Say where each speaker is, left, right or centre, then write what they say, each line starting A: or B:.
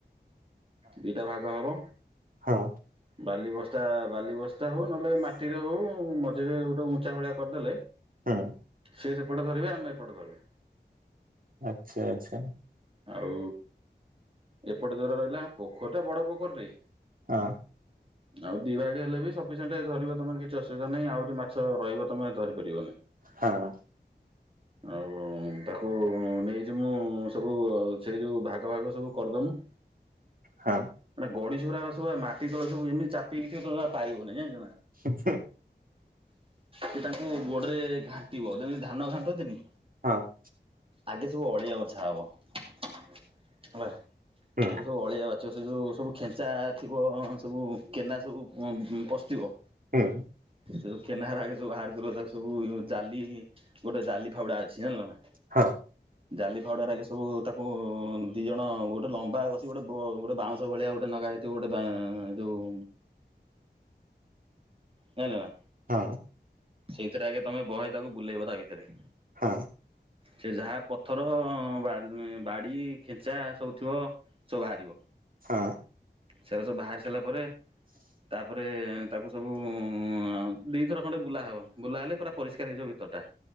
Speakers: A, on the right (about 30°); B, on the right (about 55°).
A: ଦିଟା ଭାଗ ହବ
B: ହଁ
A: ବାଲି ବସ୍ତା ବାଲି ବ ସ୍ତା ହଉ ନହେଲେ ମାଟିରେ ହଉ ମଝିରେ ଗୋଟେ ଉଞ୍ଚା ଭଳିଆ କରିଦେଲେ
B: ହଁ
A: ସେ ସେପଟେ ଧରିବେ ଆମେ ଏପଟେ ଧରିବୁ
B: ଆଛା ଆଛା
A: ଆଉ ଏପଟେ ଜୋର ରହିଲା ପୋଖରୀ ଟା ବଡ ପୋଖରୀ
B: ଆଁ
A: ଆଉ ଡିଭାଇଡ୍ ହେଲେ ବି ସପିସେଣ୍ଟ ଧରିବ ତମର କିଛି ଅୁବିଧା ନାହିଁ ଆଉ ମାଛ ରହିବ ତମେ ଧରି ପାରିବନି
B: ହଁ
A: ଆଉ ତାକୁ ନେଇଚି ମୁଁ ସବୁ ସେଇ ଯୋଉ ଭାଗ ଭାଗ ସବୁ କରିଦଉନୁ
B: ହ
A: ମାନେ ଗଡିସଗୁରାକ ସବୁ ବା ମାଟି ତଳେ ସବୁ ଏମିତି ଚାପିକି ଥିବ ବା ପାଇବନି ଜାଣିଛୁ ନା
B: ଆଛା
A: ସେ ତାଙ୍କୁ ଗୋଡରେ ଘାଣ୍ଟିବ ଯେମିତି ଧାନ ଘାଣ୍ଟନ୍ତିନି
B: ହଁ
A: ଆଗେ ସବୁ ଅଳିଆ ବଛା ହବ ହେଲା
B: ହୁଁ
A: ଆଗେ ସବୁ ଅଳିଆ ବ ଛା ସେ ଯୋଉଁ ସବୁ ଖେଞ୍ଚା ଥିବ ସବୁ କେନା ସବୁ ପ ପସିଥିବ
B: ହ୍ୟାଲୋ
A: ସେ ଯୋଉ କେନାହାର ଆଗେ ସବୁ ବାହାର କରିବୁ ତାକୁ ସବୁ <unintelligible> ଜାଲି ଗୋଟେ ଜାଲି ଫାଉଡା ଅଛି ଜାଣିଲ ନା।
B: ହଁ।
A: ଜାଲି ଫାଉଡାରାକେ ସବୁ ତାକୁ ଦି ଜଣ ଗୋଟେ ଲମ୍ବା କସିକି ଗୋଟେ ବୋ ଗୋଟେ ବାଉଁ ଶ ଭଳିଆ ଗୋଟେ ନଗା ହେଇଥିବ ଗୋଟେ ବାଁ ଯୋଉ ଜାଇଁଲ ନା।
B: ହଁ।
A: ସେଇଥିରେ ଆଗେ ତମେ ବହେ ତାକୁ ବୁଲେଇବ ତା ଭିତରେ।
B: ହଁ।
A: ସେ ଯାହା ପଥର‌ ଅଁ ବା-ବାଡି ଖେଞ୍ଚା ସବୁ ଥିବ ସବୁ ବାହାରିବ।
B: ହଁ।
A: ସେରା ସବୁ ବାହାରି ସାରିଲା ପରେ ତାପରେ ତାକୁ ସବୁ ଉଁ ଦିଇ ଥର ଖଣ୍ଡେ ବୁଲା ହବ। ବୁଲା ହେଲେ ପୁରା ପରିଷ୍କାର ହେଇଯିବ ଭିତରଟା।